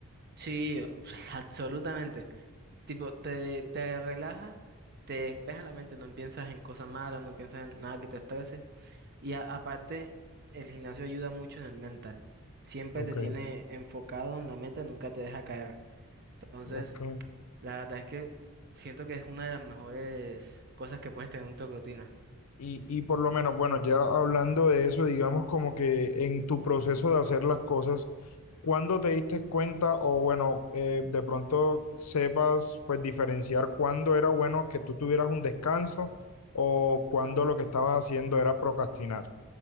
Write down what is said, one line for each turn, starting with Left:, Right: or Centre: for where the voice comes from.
Right: Sí, <laughs> absolutamente. Tipo, te, te relaja, te despeja la mente, no piensas en cosas malas, no piensas en nada que te estrese. Y a- aparte, el gimnasio ayuda mucho en el mental. Siempre
Left: Ok,
Right: te tiene enfocado en la meta, nunca te deja caer. Entonces,
Left: ok.
Right: la verdad es que siento que es una de las mejores cosas que puedes tener en tu rutina.
Left: Y, y por lo menos, bueno, ya hablando de eso, digamos como que en tu proceso de hacer las cosas, ¿cuándo te diste cuenta o bueno, eh, de pronto sepas pues diferenciar cuándo era bueno que tú tuvieras un descanso o cuándo lo que estabas haciendo era procrastinar?